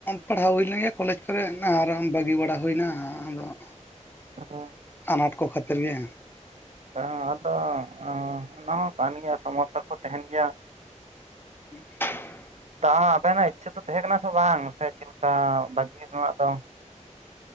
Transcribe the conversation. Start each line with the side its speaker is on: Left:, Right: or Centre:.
Left: ᱯᱟᱲᱦᱟᱣ ᱦᱩᱭ ᱞᱮᱱ ᱜᱮᱭᱟ ᱠᱚᱞᱮᱡᱽ ᱠᱚᱨᱮ ᱟᱨ ᱵᱟᱹᱜᱤ ᱵᱟᱲᱟ ᱦᱩᱭᱱᱟ ᱟᱫᱚ <unintelligible>
Right: ᱚ
Left: ᱟᱱᱟᱴ ᱠᱚ ᱠᱷᱟᱹᱛᱤᱨ ᱜᱮ
Right: ᱚᱦᱚᱸ ᱟᱫᱚ ᱚᱱᱟ ᱦᱚᱸ ᱠᱟᱱ ᱜᱮᱭᱟ ᱥᱚᱢᱚᱥᱥᱟ ᱠᱚ ᱛᱟᱦᱮᱱ ᱜᱮᱭᱟ
Left: <inaudible>
Right: ᱛᱟᱦᱚᱸ ᱟᱵᱮᱱᱟᱜ ᱤᱪᱪᱷᱟᱹ ᱫᱚᱚ ᱛᱟᱦᱮᱸ ᱠᱟᱱᱟ ᱥᱮ ᱵᱟᱝ ᱥᱮ ᱪᱮᱫ ᱠᱟ ᱵᱟᱜᱤ ᱨᱮᱱᱟᱜ ᱫᱚ